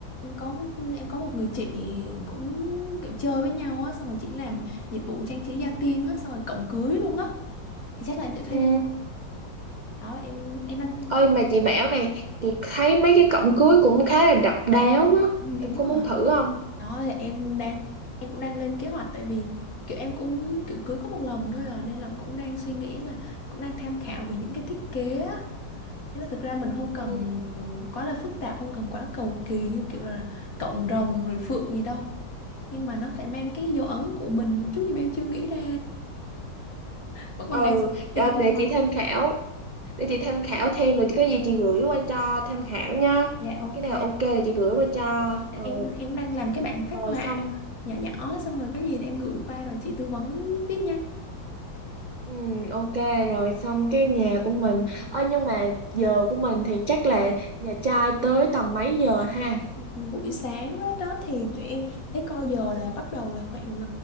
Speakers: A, on the left (about 50°); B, on the right (about 70°).
A: Em có một, em có một người chị cũng kiểu chơi với nhau á xong rồi chị làm dịch vụ trang trí gia tiên á xong rồi cộng cưới luôn á thì chắc là em sẽ thuê
B: Ừ.
A: bên đó em em đang
B: Ơi mà chị bảo này, chị thấy mấy cái cổng cưới cũng khá là độc đáo á.
A: ừ,
B: Em
A: đúng
B: có
A: rồi
B: muốn thử không?
A: đó thì em đang em cũng đang lên kế hoạch tại vì kiểu em cũng kiểu cưới có một lần thôi à nên là cũng đang suy nghĩ là cũng đang tham khảo về những cái thiết kế á Thế là thực ra mình không cần
B: Ừ.
A: quá là phức tạp không cần quá cầu kỳ như kiểu là cộng rồng rồi phượng gì đâu nhưng mà nó phải mang cái dấu ấn của mình một chút nhưng mà em chưa nghĩ ra vẫn còn
B: Ừ,
A: đang về
B: đó,
A: cái
B: để
A: tô màu
B: chị tham khảo, để chị tham khảo thêm rồi có gì chị gửi qua cho tham
A: Ờ,
B: khảo nha.
A: dạ ok
B: Cái nào ok thì chị gửi qua cho.
A: em
B: Ừ,
A: em cũng đang làm cái bản phác
B: rồi
A: họa
B: xong.
A: nhỏ nhỏ xong rồi có gì để em gửi qua rồi chị tư vấn tiếp nha
B: Ừ, ok rồi xong cái nhà của mình. Ơi nhưng mà giờ của mình thì chắc là nhà trai tới tầm mấy giờ ha?
A: buổi sáng đó, đó thì tụi em thấy coi giờ là bắt đầu là khoảng